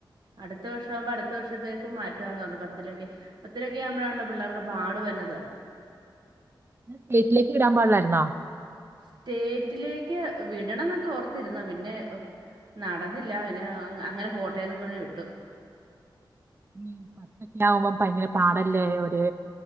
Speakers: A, on the right; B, on the right.
A: അടുത്ത വർഷമാകുമ്പോ അടുത്ത വർഷത്തേക്കും മാറ്റുവാന്ന് പറഞ്ഞു പത്തിലൊക്കെ പത്തിലൊക്കെ ആവുമ്പോഴാണല്ലോ പിള്ളേർക്ക് പാടു വരണത്
B: ഉ പ്ളേറ്റിലേക്ക് ഇടാൻ പാടില്ലായിരുന്നാ
A: സ്റ്റേറ്റിലേക്ക് വിടണം എന്നൊക്കെ ഓർത്തിരുന്നാ പിന്നെ നടന്നില്ല പിന്നെ അങ്ങനെ പോട്ടെ എന്നും പറഞ്ഞ് വിട്ടു
B: ഉ പത്തൊക്കെ ആകുമ്പോം ഭയങ്കര പാടല്ലേ ഒരു